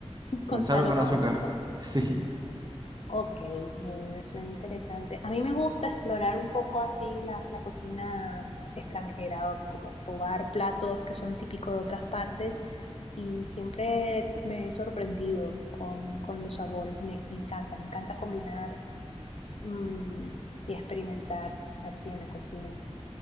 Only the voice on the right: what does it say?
con
sal o con
azúcar.
<laughs> Sí,